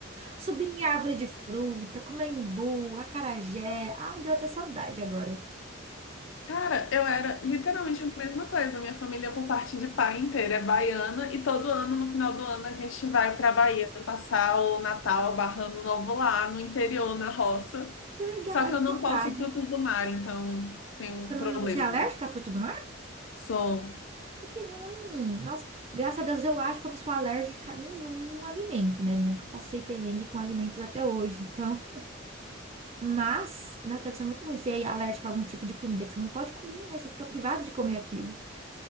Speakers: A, on the right; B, on the left.
A: Subir em árvore de fruta, comer imbu, acarajé. Ah, deu até saudade agora.
B: Cara, eu era literalmente a mesma coisa. Minha família, por parte de pai inteira, é baiana e todo ano, no final do ano, a gente vai para Bahia passar o Natal, barra Ano Novo lá no interior, na roça.
A: Que legal,
B: Só
A: ai,
B: que eu
A: que
B: não
A: saudade.
B: posso frutos do mar, então tem um
A: Você
B: problema
A: não, você é alérgica
B: aí.
A: a fruta do mar?
B: Sou.
A: Ai, Que ruim. Nossa, graças a Deus eu acho que eu não sou alérgica a nenhum alimento, né? Nunca passei perrengue com alimentos até hoje, então. Mas, nossa, deve ser muito ruim ser alérgica a algum tipo de comida que você não pode comer, né? Você fica privado de comer aquilo.